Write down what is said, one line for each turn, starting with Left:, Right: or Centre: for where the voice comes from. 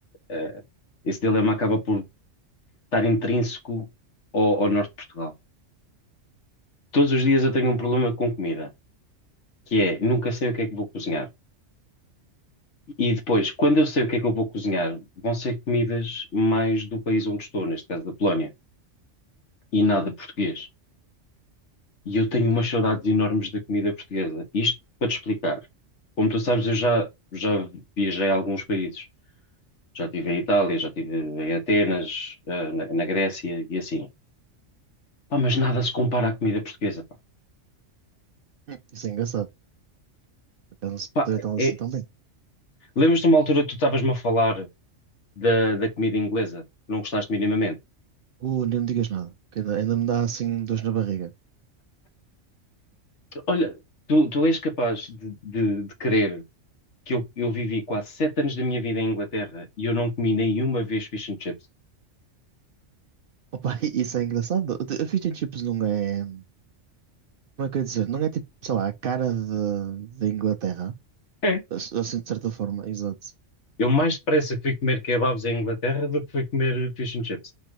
Left: ah, esse dilema acaba por estar intrínseco ao, ao norte de Portugal. Todos os dias eu tenho um problema com comida, que é nunca sei o que é que vou cozinhar. E depois, quando eu sei o que é que eu vou cozinhar, vão ser comidas mais do país onde estou, neste caso da Polónia, e nada português. E eu tenho
Right: Certo?
Left: umas saudades enormes da comida portuguesa. Isto para te explicar. Como tu sabes, eu já, já viajei a alguns países. Já estive em Itália, já estive em Atenas, eh, na, na Grécia e assim. Pá, mas nada se compara à comida portuguesa, pá.
Right: Hum. Isso é engraçado. Por acaso não sei
Left: Pá,
Right: então
Left: é...
Right: assim tão bem.
Left: Lembras-te de uma altura que tu estavas-me a falar da, da comida inglesa? Não gostaste minimamente?
Right: Uh, nem me digas nada, que ainda, ainda me dá assim dores na barriga.
Left: Olha, tu, tu és capaz de, de, de crer que eu, eu vivi quase sete anos da minha vida em Inglaterra e eu não comi nenhuma vez fish and chips?
Right: Opa, <laughs> isso é engraçado. A fish and chips não é. Como é que eu ia dizer? Não é tipo, sei lá, a cara de- da Inglaterra.
Left: É.
Right: Assim, de certa forma, exato.
Left: Eu mais depressa fui comer kebabs em Inglaterra do que fui comer fish and chips.